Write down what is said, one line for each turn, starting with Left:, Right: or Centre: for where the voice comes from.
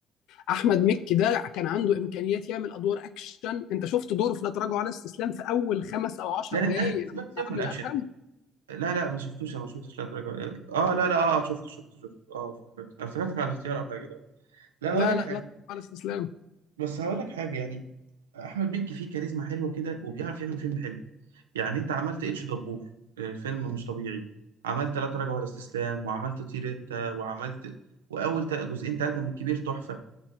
Left: احمد مكي ده كان عنده امكانيات يعمل ادوار اكشن انت شفت دوره في لا تراجع ولا استسلام في اول خمس او عشر
Right: لا لا
Left: دقايق
Right: انا
Left: لما
Right: سيبك سيبك
Left: كان عامل
Right: من الاكشن
Left: ادهم
Right: لا لا ما شفتوش أنا ما شفتش لا تراجع اه لا لا اه شفت شفت شفت اه افتكرت افتكرتك على الاختيار او حاجه لا لا
Left: لا
Right: هقول لك
Left: لا
Right: حاجه
Left: لا على استسلام
Right: بس هقول لك حاجه يعني احمد مكي فيه كاريزما حلوه كده وبيعرف يعمل فيلم حلو يعني انت عملت اتش دبور الفيلم مش طبيعي عملت لا تراجع ولا استسلام وعملت طير انت وعملت واول تا- جزئين ثلاثه من الكبير تحفه